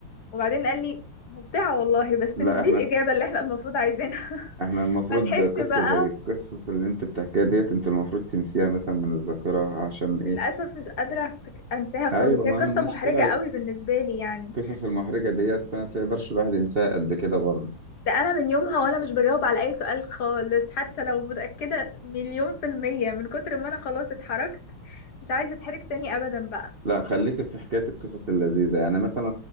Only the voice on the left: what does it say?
وبعدين قال لي مبدعة والله بس
مش دي
الإجابة اللي احنا المفروض عايزينها <laughs>
فضحكت
بقى
للأسف مش قادرة أفتك... أنساها خالص
هي
قصة
محرجة قوي بالنسبة لي يعني
ده أنا من يومها وأنا مش بجاوب على أي سؤال خالص حتى لو متأكدة مليون في المية من كتر ما أنا خلاص اتحركت مش عايزة أتحرك تاني أبدا بقى